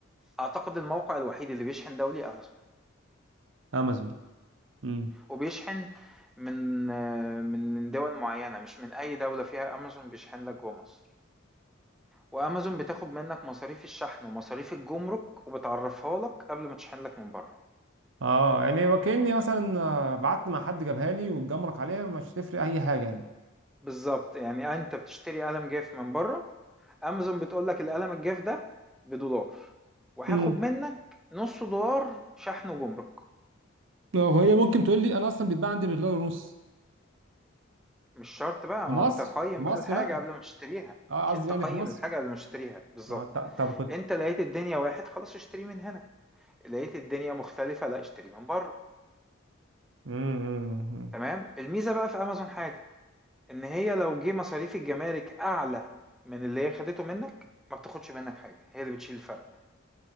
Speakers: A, in the centre; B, on the right.
A: أعتقد الموقع الوحيد اللي بيشحن دولي أمازون
B: امازون امم
A: وبيشحن من آه، من من دول معينة مش من أي دولة فيها أمازون بيشحن لك جوه مصر وامازون بتاخد منك مصاريف الشحن ومصاريف الجمرك وبتعرفها لك قبل ما تشحن لك من بره
B: اه يعني وكأني مثلا آه، بعت مع حد جابها لي واتجمرك عليها مش تفرق اي حاجه يعني
A: بالظبط يعني انت بتشتري قلم جاف من بره امازون بتقول لك القلم الجاف ده بدولار وهاخد
B: امم
A: منك نص دولار شحن وجمرك
B: وهي ممكن تقول لي انا اصلا بيتباع عندي بدولار ونص
A: مش شرط بقى
B: في
A: ما
B: مصر
A: انت قيم
B: في مصر
A: بقى الحاجة
B: بقى
A: قبل ما تشتريها
B: اه قصدي
A: انت
B: يعني
A: قيم
B: في مصر
A: الحاجة قبل ما تشتريها بالظبط
B: اه ط- طب كنت
A: انت لقيت الدنيا واحد خلاص اشتري من هنا لقيت الدنيا مختلفة لا اشتري من بره
B: امم
A: تمام الميزة بقى في امازون حاجة ان هي لو جه مصاريف الجمارك اعلى من اللي هي خدته منك ما بتاخدش منك حاجه هي اللي بتشيل الفرق